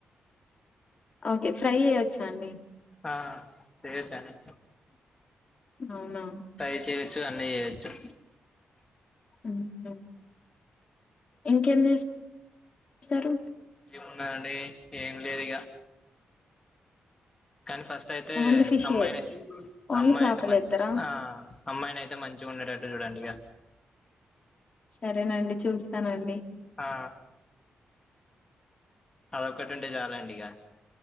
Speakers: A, on the left; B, on the left.
A: ఓకే ఫ్రై చేయొచ్చా అండి
B: ఆ చేయొచ్చండి
A: అవునా
B: ఫ్రై చేయొచ్చు చ్చ అన్ని చేయొచ్చు
A: ఉహు ఇంకేం చేస్తారు
B: ఏమున్నాయి అండి ఏం లేదు ఇక కానీ ఫస్ట్ అయితే
A: ఓన్లీ ఫిషే
B: అమ్మాయినె
A: ఓన్లీ
B: అమ్మాయి
A: చేపలేత్తరా
B: అయితే మంచి ఆ అమ్మాయిని అయితే మంచిగా ఉండేటట్టు చూడండి ఇక
A: సరేనండి చూస్తానండి
B: ఆ అదొక్కటి ఉంటే చాలండి ఇక